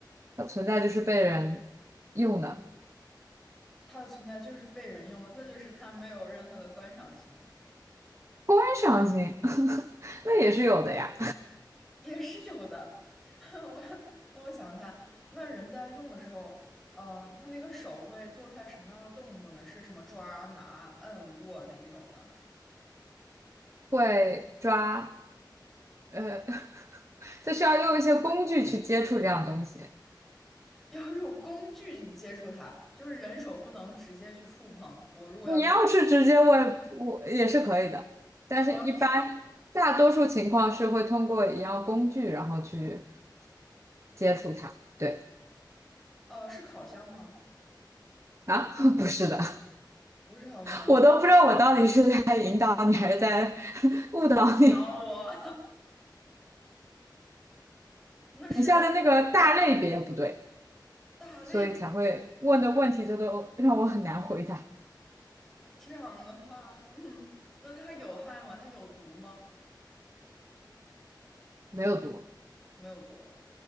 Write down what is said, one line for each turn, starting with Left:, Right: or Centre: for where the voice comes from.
Right: 它存在就是被人用的。
Centre: 它的存在就是被人用的，那就是它没有任何的观赏性。
Right: 观赏性，<laughs> 那也是有的呀，
Centre: 也是有的。<laughs> 我那我想一下，那人在用的时候，呃，他那个手会做出来什么样的动作呢？是什么抓、拿、摁、握哪一种呢？
Right: 会抓，呃，<laughs> 就需要用一些工具去接触这样东西。
Centre: <laughs> 要用工具去接触它，就是人手不能直接去触碰。我如果要用，
Right: 你要是直接问我也是可以的，但是一般大多数情况是会通过一样工具，
Centre: 那我要是
Right: 然后去接触它。对
Centre: 呃 <laughs> 是烤箱吗？
Right: 啊，<laughs> 不是的，
Centre: 不是烤箱，
Right: 我都不知道我到底是在引导你还是在 <laughs> 误导你。
Centre: 不找我，<laughs> 那是
Right: 你下的那个大类别不对，
Centre: 大类别。
Right: 所以才会问的问题就都让我很难回答。
Centre: 这样的话，嗯，那它有害吗？它有毒吗？
Right: 没有毒，
Centre: 没有毒。